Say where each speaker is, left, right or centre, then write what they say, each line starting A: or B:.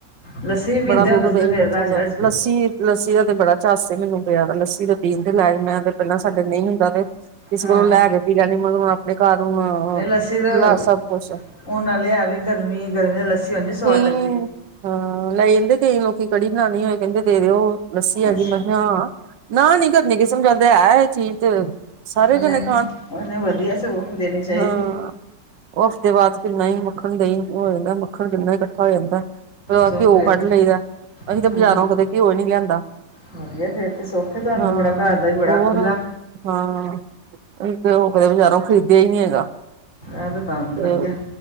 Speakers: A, on the left (about 45°); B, on the right (about 80°).
A: ਲੱਸੀ ਵੀ ਪੀਂਦੇ
B: ਬੜਾ ਦੁੱਧ-ਦਹੀਂ
A: ਹੁੰਦੇ ਸੀ ਫਿਰ
B: ਇਕੱਠਾ
A: ਰੱਜ
B: ਹੁੰਦਾ।
A: ਰੱਜ ਕੇ
B: ਲੱਸੀ ਲੱਸੀ ਦਾ ਤੇ ਬੜਾ ਚਾਅ ਮੈਨੂੰ ਪਿਆ ਲੱਸੀ ਪੀਣ ਦੇ ਲਾਇਕ ਮੈਂ ਤੇ ਪਹਿਲਾਂ ਸਾਡੇ ਨਹੀਂ ਹੁੰਦਾ ਤੇ ਕਿਸੇ
A: ਹਾਂ
B: ਕੋਲੋਂ ਲੈ ਕੇ ਪੀਣ ਨ ਮਤਲਬ ਆਪਣੇ ਘਰ ਨੂੰ ਹੁੰਦਾ
A: ਨਹੀਂ ਲੱਸੀ ਤਾਂ
B: ਸਭ ਕੁਛ।
A: ਹੁਣ ਨਾਲੇ ਆ ਵੀ ਗਰਮੀ-ਗਰਮੀ ਦੀ ਲੱਸੀ ਉਂਝ ਸਵਾਦ
B: ਕਈ
A: ਲੱਗਦੀ ਏ।
B: ਹਾਂ ਲੈ ਜਾਂਦੇ ਕਈ ਲੋਕੀ ਕੜੀ ਬਣਾਉਣੀ ਹੋਏ ਦੇ ਦਿਓ ਲੱਸੀ ਆਗੀ
A: ਅੱਛਾ
B: ਮੈਂ ਕਿਹਾ ਹਾਂ। ਨਾ ਨੀ ਕਰਨੀ ਕਿਸਨੂੰ ਹੈ ਐਹ ਚੀਜ਼ ਤੇ ਸਾਰੇ
A: ਹਲੇ
B: ਜਣੇ ਖਾਣ
A: ਉਹਨੂੰ ਵਧੀਆ ਸਗੋਂ ਦੇਣੀ ਚਾਹੀਦੀ
B: ਹਾਂ
A: ਐ।
B: ਉਹ ਹਫ਼ਤੇ ਬਾਅਦ ਦਹੀਂ-ਮੱਖਣ, ਦਹੀ-ਮੱਖਣ ਹੋ ਜਾਂਦਾ। ਮੱਖਣ ਕਿੰਨਾ ਇਕੱਠਾ ਹੋ ਜਾਂਦਾ। ਫਿਰ
A: ਚਲੋ
B: ਘਿਓ
A: ਫਿਰ
B: ਕੱਢ
A: ਤਾਂ
B: ਲਈਦਾ ਅਸੀਂ ਤਾਂ ਬਾਜ਼ਾਰੋਂ
A: ਹਾਂ
B: ਕਦੇ ਘਿਓ ਨੀ ਲਿਆਂਦਾ।
A: ਵਧੀਆ ਫਿਰ ਤੇ ਸੌਖੇ ਤੁਹਾਨੂੰ
B: ਹਾਂ
A: ਬੜਾ ਘਰ ਦਾ ਵੀ ਬੜਾ
B: ਹੋਰ
A: ਖੁੱਲਾ।
B: ਹਾਂ, ਅਸੀਂ ਤਾਂ ਉਹ ਕਦੇ ਬਜ਼ਾਰੋਂ ਖਰੀਦਿਆ ਹੀ ਨਹੀਂ ਹੈਗਾ।
A: ਆ ਤੇ ਤਾਂ
B: ਤੇ
A: ਵਧੀਆ।